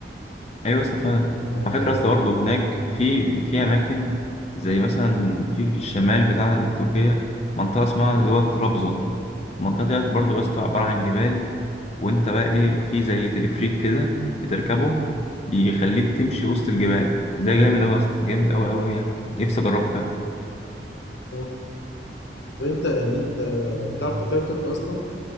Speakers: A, on the left; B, on the left.
A: ايوه يا اسطى فعلا
B: يعني
A: على فكره يا اسطى برضه هناك في في اماكن زي مثلا في في الشمال بتاع تركيا منطقه اسمها اللي هو طرابزون المنطقه ديت برضه يا اسطى عباره عن جبال وانت بقى ايه في زي تلفريك كده بتركبه يخليك تمشي وسط الجبال ده جامد اوي يا اسطى جامد اوي اوي يعني نفسي اجربه فعلا
B: آه. وأنت يعني أنت بتعرف تتكلم تركي أصلا